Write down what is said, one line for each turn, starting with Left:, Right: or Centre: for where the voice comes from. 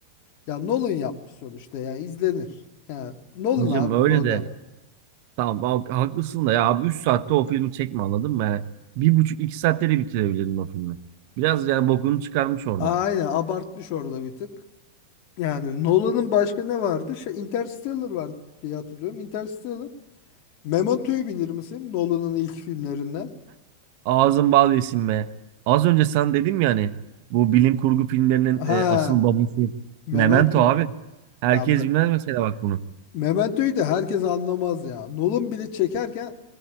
Left: ya Nolan yapmış sonuçta ya izlenir. Ya Nolan
Right: Hacım
Left: abi
Right: öyle
Left: bu adam.
Right: de. Tamam abi, haklısın da ya abi 3 saatte o filmi çekme anladın mı? Yani bir buçuk iki saatte de bitirebilirdin o filmi. Biraz yani bokunu çıkarmış orada.
Left: Aynen abartmış orada bir tık. Yani Nolan'ın başka ne vardı? Şey Interstellar vardı diye hatırlıyorum. Interstellar. Memento'yu bilir misin? Nolan'ın ilk filmlerinden.
Right: Ağzın bal yesin be. Az önce sen dedim ya hani bu bilim kurgu filmlerinin
Left: Ha,
Right: e, asıl babası
Left: Memento.
Right: Memento abi. Herkes
Left: Ya Me-
Right: bilmez mesela bak bunu.
Left: Memento'yu da herkes anlamaz ya. Nolan bile çekerken